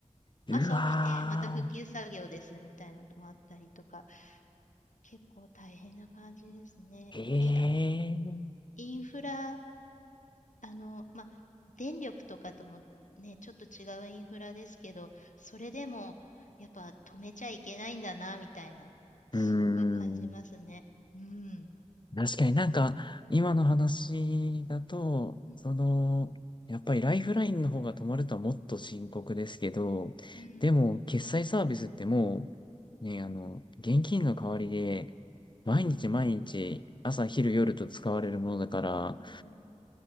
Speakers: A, on the left (about 40°); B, on the left (about 80°).
A: うわ
B: 朝起きて、また復旧作業ですみたいなのもあったりとか、結構大変な感じですね。
A: ー。
B: でもい、
A: ええ。
B: やっぱインフラ、あの、まあ、電力とかともね、ちょっと違うインフラですけど、それでも、やっぱ止めちゃいけないんだな、みたいな、
A: うーん。
B: すごい感じますね。うん。
A: 確かになんか、今の話だと、
B: うん。
A: その、やっぱりライフラインの方が止まるとはもっと深刻ですけど、
B: うん。
A: でも、決済サービスってもう、ね、あの、現金の代わりで、毎日毎日、
B: うん。
A: 朝、昼、夜と使われるものだから、
B: うん